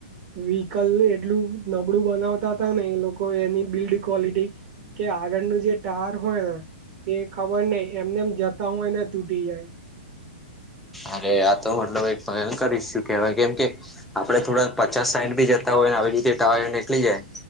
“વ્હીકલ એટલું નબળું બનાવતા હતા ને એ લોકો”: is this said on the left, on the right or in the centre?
Right